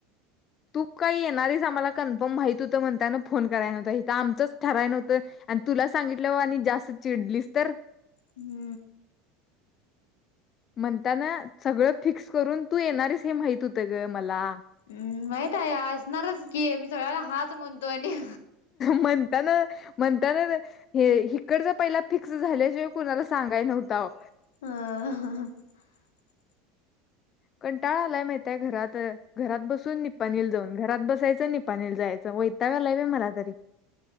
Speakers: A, on the left (about 40°); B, on the left (about 80°).
A: तू काही येणारच आम्हाला कन्फम, माहित होतं म्हणताना फोन कराय नव्हत हे आमचंच ठराय नव्हतं. आणि तुला सांगितल्यवानी, जास्त चिडलीस तर
B: ह.
A: <inaudible> म्हणताना सगळं फिक्स करून तू येणारस हे माहित होत ग मला
B: हम्म माहित आहे असणारच की मी सगळ्याला हाच, म्हणतो आणि
A: म्हणता ना. म्हणताना हे इकडचा पहिला फिक्स झाल्याशिवाय कुणाला सांगाय नव्हता, हो.
B: ह, ह, हह.
A: कंटाळा आलाय माहित घरात. तर घरात बसून निपानील जाऊन घरात बसायचं निपानील जायचं वैताक आलाय मला तरी